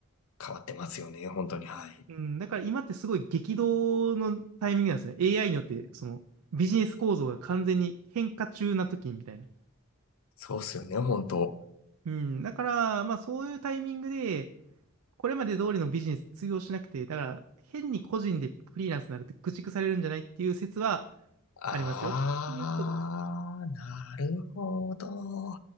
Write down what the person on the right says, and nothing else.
うん、だから今ってすごい激動のタイミングなんですね。AI によって、そのビジネス構造が完全に変化中な時みたいな。
うん、だから、まあそういうタイミングで、これまで通りのビジネス通用しなくて、だから変に個人でフリーランスになるって駆逐されるんじゃないっていう説は
ありますよっていうことですね。